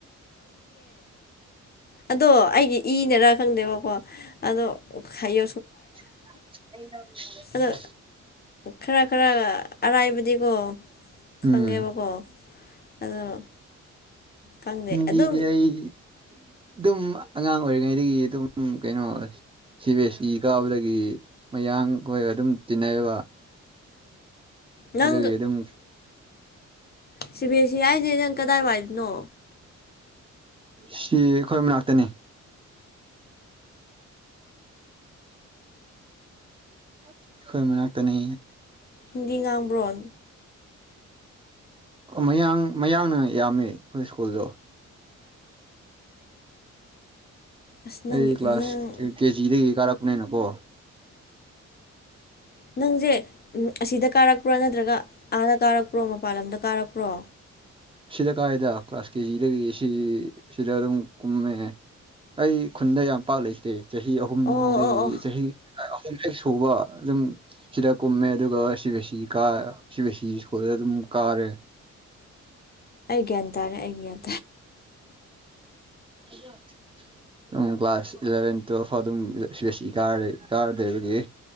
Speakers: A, on the left; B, on the right.
A: ꯑꯣ ꯏ ꯈꯪꯗꯦꯕꯀꯣ ꯑ ꯍꯥꯏ
B: <inaudible>
A: ꯑꯗꯣ ꯈꯔ ꯈꯔ ꯑꯔꯥꯏꯕꯗꯤꯀꯣ
B: ꯎꯝ
A: ꯈꯪꯉꯦꯕꯀꯣ ꯑꯗꯣ ꯈꯪꯗꯦ ꯑꯗꯨꯝ
B: ꯗꯤꯗꯤ ꯑꯗꯨꯝ ꯑꯉꯥꯡ ꯑꯣꯏꯔꯤꯉꯩꯗꯒꯤ ꯑꯗꯨꯝ ꯀꯩꯅꯣ ꯁꯤ ꯕꯤ ꯑꯦꯁ ꯏ ꯀꯥꯕꯗꯒꯤ ꯃꯌꯥꯝ ꯑꯥꯡ ꯑꯩꯈꯣꯏ ꯑꯗꯨꯝ ꯇꯤꯟꯅꯩꯕ
A: ꯅꯪ
B: ꯑꯗꯨꯒꯤ ꯑꯗꯨꯝ
A: ꯁꯤꯚꯦꯁꯤ ꯍꯥꯏꯏꯁꯦ ꯅꯪ ꯀꯗꯥꯏꯋꯥꯏꯗꯅꯣ
B: ꯁꯤ ꯑꯩꯈꯣꯏ ꯃꯅꯥꯛꯇꯅꯤ ꯍꯈꯣꯏ ꯃꯅꯥꯛꯇꯅꯤ
A: ꯍꯤꯟꯗꯤ ꯉꯥꯡꯕ꯭ꯔꯣꯟ
B: ꯃꯌꯥꯡ ꯃꯌꯥꯡꯅ ꯌꯥꯝꯃꯤ ꯑꯩꯈꯣꯏ ꯁ꯭ꯀꯨꯜꯗꯣ
A: ꯑꯁ ꯅꯪꯒꯤ
B: ꯑꯩ ꯀ꯭ꯂꯥꯁ
A: ꯅꯪ
B: ꯀꯦꯖꯤꯗꯒꯤ ꯀꯥꯔꯛꯄꯅꯤꯅꯀꯣ
A: ꯅꯪꯁꯦ ꯎ ꯑꯁꯤꯗ ꯀꯥꯔꯛꯄ꯭ꯔꯣ ꯅꯠꯇ꯭ꯔꯒ ꯑꯥꯗ ꯀꯥꯔꯛꯄ꯭ꯔꯣ ꯃꯄꯥꯟ ꯂꯝꯗ ꯀꯥꯔꯛꯄ꯭ꯔꯣ
B: ꯁꯤꯗ ꯀꯥꯏꯗ ꯀ꯭ꯂꯥꯁ ꯀꯦꯖꯤꯗ ꯁꯤ ꯁꯤꯗ ꯑꯗꯨꯝ ꯀꯨꯝꯃꯦ ꯑꯩ ꯈꯨꯟꯗ ꯌꯥꯝ ꯄꯥꯛ ꯂꯩꯇꯦ ꯆꯍꯤ ꯑꯍꯨꯝꯗꯒꯤ
A: ꯑꯣ ꯑꯣ ꯑꯣ
B: ꯆꯍꯤ ꯑꯍꯨꯝ ꯍꯦꯛ ꯁꯨꯕ ꯑꯗꯨꯝ ꯁꯤꯗ ꯀꯨꯝꯃꯦ ꯑꯗꯨꯒ ꯁꯤ ꯕꯤ ꯑꯦꯁ ꯏ ꯀꯥ C B S E school ꯑꯗꯨꯝ ꯀꯥꯔꯦ
A: ꯑꯩꯒꯤꯦꯟꯇꯥꯔꯦ ꯑꯩꯒꯤꯦ
B: ꯍꯜꯂꯣ ꯑꯗꯨꯝ ꯀ꯭ꯂꯥꯁ ꯏꯂꯚꯦꯟ ꯇꯨꯋꯦꯜꯐ ꯐꯥꯎ ꯑꯗꯨꯝꯁꯤ ꯀꯥ ꯀꯥꯔꯗꯣꯏꯕꯒꯤ